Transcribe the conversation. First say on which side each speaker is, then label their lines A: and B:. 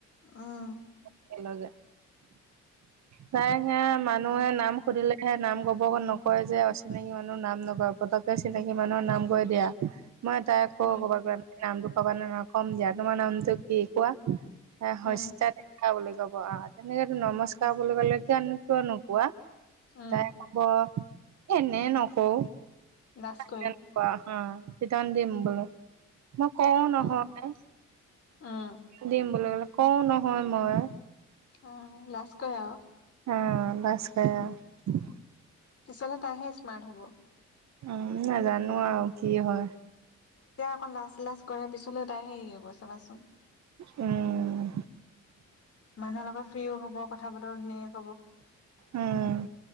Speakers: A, on the left (about 50°); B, on the right (about 65°).
A: উম।
B: একে লগে। তাই সে মানুহে নাম সুধিলে হে নাম কব নকয় যে অচিনাকি মানুহ নাম নকয়। পতকে চিনাকি মানুহৰ নাম কৈ দিয়া। মই তাই একো
A: উম
B: কব ক নাই নামটো কব নে ন ক'ম দ তোমাৰ নামটো কি কোৱা। এ শস্তা
A: উম
B: তেনেকা বুলি কব আহ তেনেকো নমস্কাৰ বুলি ক'লে কিয়নো কিয় নোকোৱা।
A: উম
B: তাই হব এনেই নকৌ
A: লাজ কৰে
B: নোকুৱা। অ টিতান দিম বোলো মই কও নহয়।
A: উম উম
B: দিম বুলি ক'লে কওঁ নহয় মই।
A: অ লাছ্ কৰে আও।
B: অহ লাভকৰে আও।
A: পিছনে তাইহে স্মাৰ্ট হ'ব।
B: উম ন জানো আৰু কি হয়।
A: অক লাজষ্ট লাজষ্ট কৰে পিছলে তাই হেৰি হ গব চাবাচোন।
B: উম।
A: মানুহৰ লগত ফ্ৰ্ৰীও হ'ব কথা বতৰা ধুনীয়া।
B: উম